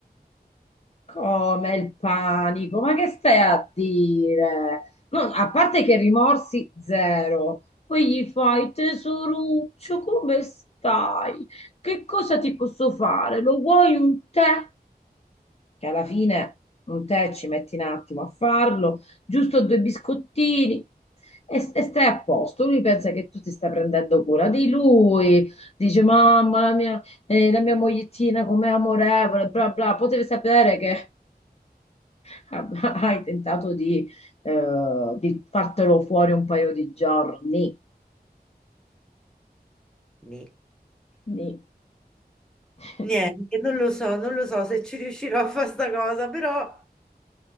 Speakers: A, on the left (about 40°); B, in the centre.
A: Come il panico? Ma che stai a dire? No, a parte che rimorsi zero, poi gli fai tesoruccio, come stai? Che cosa ti posso fare? Lo vuoi un tè? che alla fine un tè ci metti un attimo a farlo, giusto due biscottini e, e stai a posto. Lui pensa che tu ti stai prendendo cura di lui, dice mamma mia, eh, la mia mogliettina com'è amorevole, bla bla, potevi sapere che <laughs> hai tentato di, eh, di fartelo fuori un paio di giorni.
B: Ni-
A: Quindi, <laughs>
B: niente, non lo so, non lo so se ci riuscirò a fare sta cosa, però...